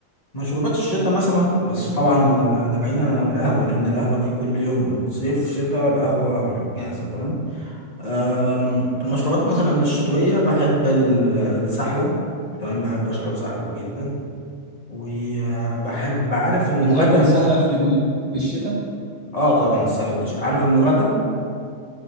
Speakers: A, on the left; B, on the right.
A: مشروبات الشتاء مثلا بس طبعا ال- ده بعيدا عن القهوة لأن القهوة دي كل يوم صيف شتاء القهوة جاهزة تمام أم، المشروبات مثلا الشتوية بحب ال- السحلب تمام بحب أشرب سحلب جدا وبحب عارف المغاتة
B: بتحب تسحلب في ال- في الشتاء؟
A: اه طبعا السحلب بتش- عارف المغاتة